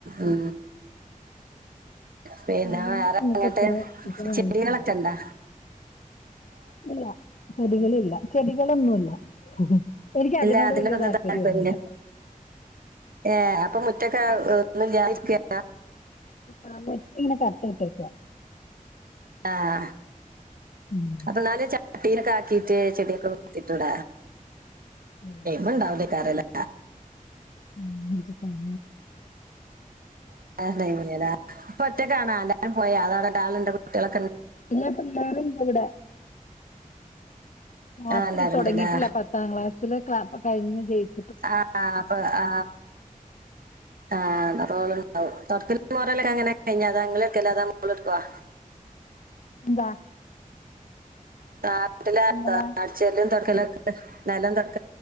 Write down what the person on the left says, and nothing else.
കുഴിമന്തി
ഞങ്ങക്ക്
അത്ര ഇതായിട്ടില്ല
ഇല്ല ചെടികള ഇില്ല ചെടികളൊന്നുംല്ല എനിക്ക്
അതിനോട്
വല്ിയ താല്പര്യൊന്നുമല്ല
ആ മറ്റ ഇങ്ങനെ കട്ട ആട്ടേക്കാ
ഉം
ഉം.
ഉം അ
ഇന്നപ്പ ഞ കൂടെ ക്ലാസ്സിൽ
തുടങ്ങിട്ടില്ല
പത്താം ക്ലാസ്സിില് ക് കഴിഞ് ജയിച്ച
എന്താ
എന്നതാ